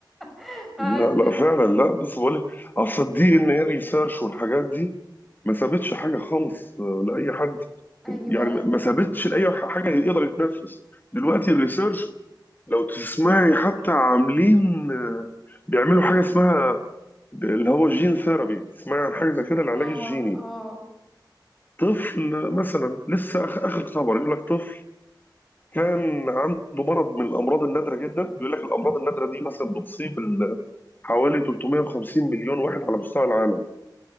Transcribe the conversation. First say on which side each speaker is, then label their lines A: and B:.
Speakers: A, in the centre; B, on the left.
A: <laughs> هن-
B: لا لا فعلا لا بص بقول لك اصل الدي ان ايه ريسيرش والحاجات دي ما سابتش حاجه خالص آه، لاي حد
A: ايوه
B: يعني ما سابتش لاي حاجه يقدر يتنفس دلوقتي الريسيرش لو تسمعي حتى عاملين آه، بيعملوا حاجه اسمها اللي هو الجين ثيرابي تسمعي عن حاجه زي كده العلاج
A: اه
B: الجيني
A: اه
B: طفل مثلا لسه أخ- اخر خبر يقول لك طفل كان عنده مرض من الامراض النادره جدا بيقول لك الامراض النادره دي مثلا بتصيب ال- حوالي 350 مليون واحد على مستوى العالم